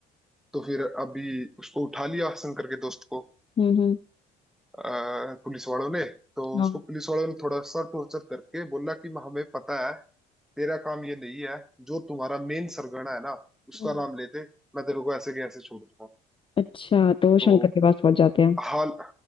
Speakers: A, in the centre; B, on the left (about 25°).
A: तो फिर अभी उसको उठा लिया शंकर के दोस्त को
B: हम्म हम्म
A: अ, पुलिस वालों ने तो
B: हाँ
A: उसको पुलिस वालों ने थोड़ा सा टॉर्चर करके बोला कि हमें पता है तेरा काम ये नहीं है जो तुम्हारा मेन सरगना है ना उसका
B: हम्म,
A: नाम लेते मैं तेरे को ऐसे के ऐसे छोड़ दूंगा
B: अच्छा तो वो
A: तो
B: शंकर के पास पहुंच जाते हैं
A: हाल